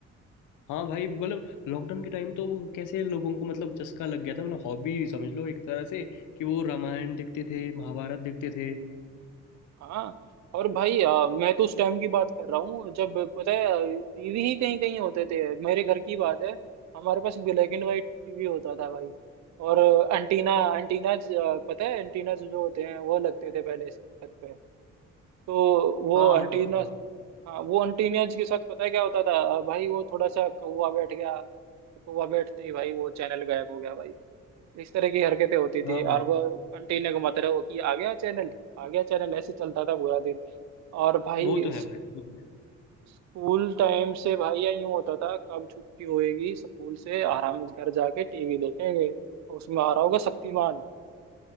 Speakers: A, on the left; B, on the right.
A: हाँ भाई मतलब लॉकडाउन के टाइम तो वो कैसे लोगों को मतलब चस्का लग गया था मतलब हॉबी समझ लो एक तरह से कि वो रामायण देखते थे महाभारत देखते थे
B: हाँ और भाई अ, मैं तो उस टाइम की बात कर रहा हूँ जब पता है टीवी ही कहीं कहीं होते थे मेरे घर की बात है हमारे पास ब्लैक एंड वाइट टीवी होता था भाई और एंटीना एंटीना पता है एंटीना जो जो होते हैं वो लगते थे पहले छत पे तो वो
A: हाँ
B: एंटीना
A: हाँ हाँ हाँ
B: हाँ वो अंटीनियज के साथ पता है क्या होता था भाई वो थोड़ा सा कौवा बैठ गया तो कौवा बैठते ही भाई वो चैनल गायब हो गया भाई इस तरह की हरकतें होती थी
A: हाँ
B: और
A: भाई
B: वो अंटीने को मत रहो कि आ गया चैनल आ गया चैनल ऐसे चलता था पूरा दिन और भाई
A: वो तो है
B: स-
A: भाई वो तो है।
B: स्कूल टाइम से भाई या यूं होता था कब छुट्टी होएगी स्कूल से आराम से घर जाके टीवी देखेंगे और उसमें आ रहा होगा शक्तिमान